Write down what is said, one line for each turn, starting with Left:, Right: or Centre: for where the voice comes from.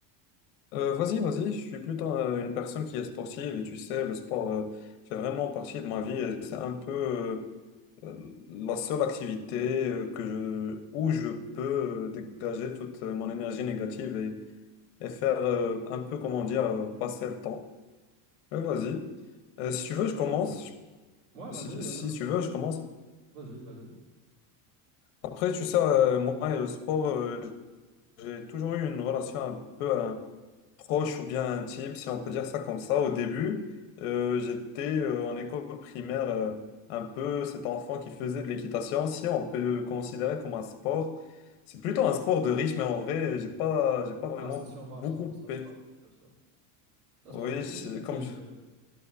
Left: Euh, vas-y, vas-y, je suis plutôt euh, une personne qui est sportive et tu sais, le sport euh, fait vraiment partie de ma vie et c'est un peu euh, euh, la seule activité euh, que je, où je peux euh, dégager toute euh, mon énergie négative et, et faire euh, un peu, comment dire, euh, passer le temps. Mais vas-y, Euh,
Right: Je
Left: si
Right: suis
Left: tu
Right: tout
Left: veux,
Right: à
Left: je
Right: fait
Left: commence.
Right: d'accord. Ouais, vas-y,
Left: Si,
Right: euh,
Left: si tu veux, je commence.
Right: vas-y, vas-y.
Left: Après, tu sais, euh, moi et le sport, euh, J'ai toujours eu une relation un peu hein, proche ou bien intime, si on peut dire ça comme ça. Au début, euh, j'étais euh, en école primaire, euh, un peu cet enfant qui faisait de l'équitation, si on peut le considérer comme un sport. C'est plutôt un sport de riche, mais en vrai, j'ai pas, j'ai pas vraiment
Right: Ah, c'est sûr, bah,
Left: beaucoup
Right: sport,
Left: coupé.
Right: ça se porte, c'est sûr. Ça
Left: Oui,
Right: se porte très
Left: c'est
Right: difficile,
Left: comme,
Right: je dirais. même.